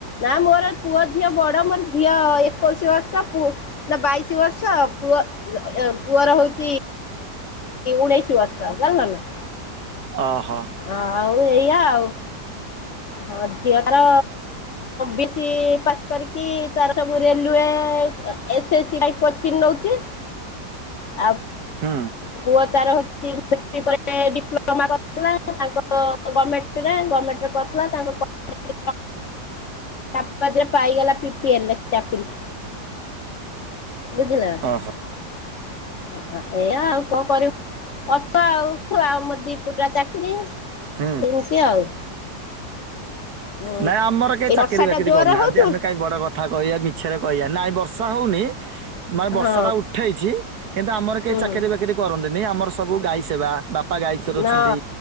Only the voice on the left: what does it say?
ନା ମୋର। ପୁଅ ଝିଅ ବଡ ମୋର ଝିଅ ଏକୋଇଶି ବର୍ଷ ପୁଅ ନା ବାଇଶି ବର୍ଷ ପୁଅ ପୁଅର ହଉଛି ଉଣେଇଶି ବର୍ଷ ଜାଣିଲ ନା
ଆଉ ଏଇଆ ଆଉ। ହଁ ଝିଅ ତାର ବି ସି ପାସ୍ କରିକି ତା ସବୁ ରେଲୁଏ ଏସ୍ ଏ ସେ ସି ପାଇଁ କୋଚିଂ ନଉଛି। ଆଉ
ପୁଅ ତାର ହଉଛି ପ ଡିପ୍ଲୋମା କରିଥିଲା ତାଙ୍କ ଗଭର୍ଣ୍ଣମେଣ୍ଟରେ ଗଭର୍ଣ୍ଣମେଣ୍ଟରେ କରିଥିଲା ତାଙ୍କ କ <inaudible> ତାପରେ ପାଇଗଲା ପି ପି ଏଲ୍ ରେ ପାଇଗଲା ଚାକିରି। ବୁଝିଲନା
ଏଇଆ ଆଉ କଣ କରିବି ଅଛ ଆଉ ଆଉ ମ ଦି ପୁରା ଚାକିରି ଏମିତି
ଆଉ ହୁଁ।
ଏ
ବର୍ଷାଟା
ଜୋରରେ
ହେଉଛି
ହଁ
ହୁଁ
ନା